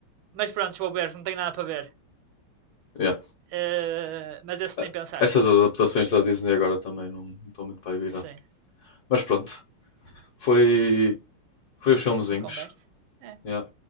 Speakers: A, on the right; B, on the left.
A: mas pronto, vou ver, não tenho nada para ver.
B: Yeah.
A: Eh, mas esse
B: Eh,
A: nem pensar.
B: Estas adaptações da Disney agora também não estão muito para virar.
A: Sim.
B: Mas pronto, foi, foi os filmezinhos.
A: Uma conversa? É.
B: yeah.